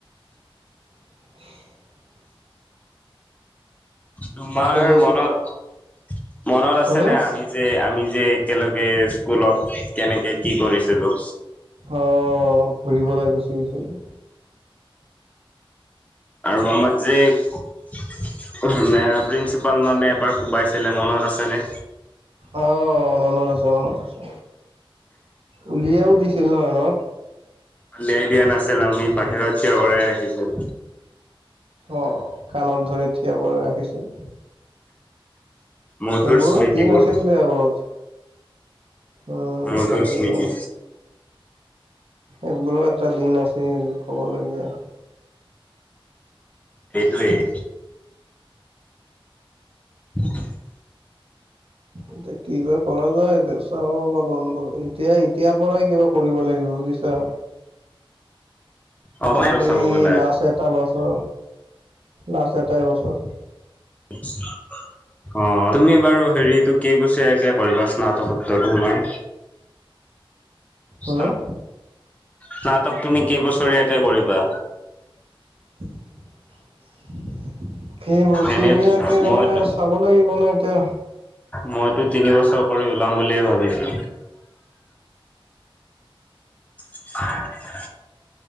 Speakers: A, on the right; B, on the left.
A: হ
B: তোমাৰ
A: পিছলে
B: মনত মনত আছেনে
A: হা
B: আমি যে আমি যে একেলগে স্কুলত কেনেকে কি কৰিছিলোঁ
A: অহ ঘূৰিবলে গুচি গৈছিলোঁ।
B: আৰু আমাৰ যেক অ সেনে প্ৰিন্সিপালে মানে এবাৰ কোবাইছিলে মনত আছেনে?
A: অ' মনত আছে মনত আছে উলিয়াইও দিছিল ন আমাক।
B: উলিয়াই দিয়া নাছিল আমি বাহিৰত থিয় কৰাই ৰাখিছিল।
A: অ' কাণত ধৰি থিয় কৰাই ৰাখিছিল।
B: মধুৰ
A: এইবোৰো
B: স্মৃতিবোৰ
A: দিন আছিল দেয়া বহুত। উম'
B: মধুৰ
A: তাকেইতো।
B: স্মৃতি
A: এইবোৰো এটা দিন আছিল ক'বলগীয়া।
B: সেইটোৱেই। <unintelligible>
A: এতিয়া কি বা কৰা যায় দুচ চাওঁ ৰবা বন্ধু এতিয়া এতিয়াৰ পৰাই কিবা কৰিব লাগিব বুজিছা।
B: অসমীয়া আৰু চাব
A: এই
B: গ'লে
A: লাষ্ট এটা বছৰ লাষ্ট এটাই বছৰ।
B: <unintelligible> অ' তুমি বাৰু হেৰিটো কে বছৰিয়াকে কৰিবা স্নাতকোত্তৰটো তোমাৰ? স্নাতক
A: হম।
B: স্নাতক তুমি কেইবছৰীয়াকে কৰিবা?
A: <unintelligible> কেই বছৰিয়াকে
B: এনে মইতো
A: মানে চাব লাগিব ন এতিয়া
B: মইতো তিনি বছৰ কৰি ওলাম বুলিয়ে ভাবিছোঁ। <unintelligible>